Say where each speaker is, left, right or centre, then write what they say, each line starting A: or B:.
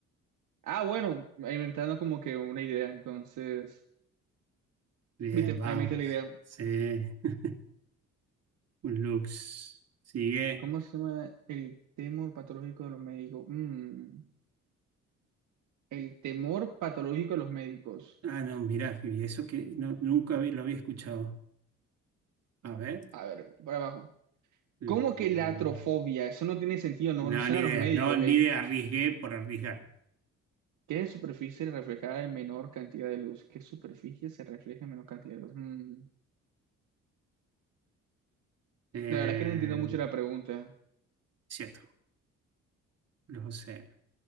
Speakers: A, on the right; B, on the right.
A: Ah, bueno, ahí me está dando como que una idea. Entonces,
B: Bien,
A: viste,
B: vamos.
A: ahí me está la idea.
B: Sí. <laughs> Un Lux. Sigue.
A: ¿Cómo se llama el temor patológico de los médicos? Mm. El temor patológico de los médicos.
B: Ah, no, mirá, y eso que no, nunca vi- lo había escuchado. A ver.
A: A ver, para abajo.
B: Mm,
A: ¿Cómo que la atrofobia? Eso no tiene sentido, no conocen
B: No, ni
A: a
B: idea.
A: los médicos,
B: No, ni
A: hey.
B: idea. Arriesgué por arriesgar.
A: ¿Qué superficie reflejará en menor cantidad de luz? ¿Qué superficie se refleja en menor cantidad de luz? Mm,
B: Eh,
A: La verdad es que no entiendo mucho la pregunta.
B: cierto. Lo sé.